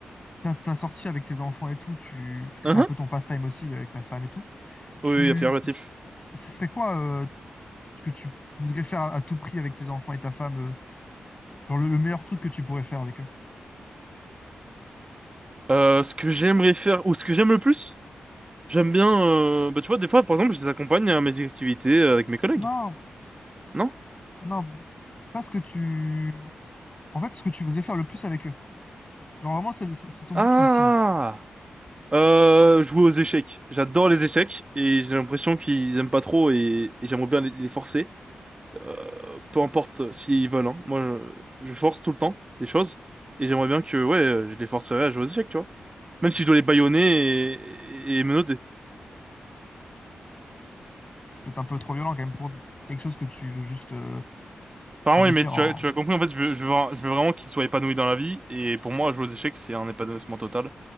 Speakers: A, on the left; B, on the right.
A: t'as, t'as sorti avec tes enfants et tout. Tu, parce que
B: Hein,
A: c'est un
B: hein
A: peu ton pastime aussi euh, avec ta femme et tout. Tu,
B: Oui, oui, affirmatif.
A: c- c- ce serait quoi euh, ce que tu voudrais faire à, à tout prix avec tes enfants et ta femme? euh, genre le, le meilleur truc que tu pourrais faire avec eux?
B: Euh, ce que j'aimerais faire ou ce que j'aime le plus, j'aime bien. euh, bah tu vois, des fois, par exemple, je les accompagne à mes activités euh, avec mes collègues.
A: Non,
B: Non?
A: non. Pas ce que tu. En fait, ce que tu voudrais faire le plus avec eux. Genre vraiment, c'est le- c'est c'est ton
B: Ah!
A: but ultime.
B: Euh, jouer aux échecs. J'adore les échecs et j'ai l'impression qu'ils aiment pas trop et, et j'aimerais bien les, les forcer. Euh, peu importe euh, s'ils veulent, hein. Moi, je, je force tout le temps les choses et j'aimerais bien que ouais, euh, je les forcerais à jouer aux échecs, tu vois. Même si je dois les bâillonner et, et, et menotter.
A: C'est peut-être un peu trop violent quand même pour quelque chose que tu veux juste euh,
B: Enfin,
A: aboutir
B: oui, mais tu
A: en...
B: as, tu as compris, en fait, je veux, je veux, je veux vraiment qu'il soit épanoui dans la vie. Et pour moi, jouer aux échecs, c'est un épanouissement total.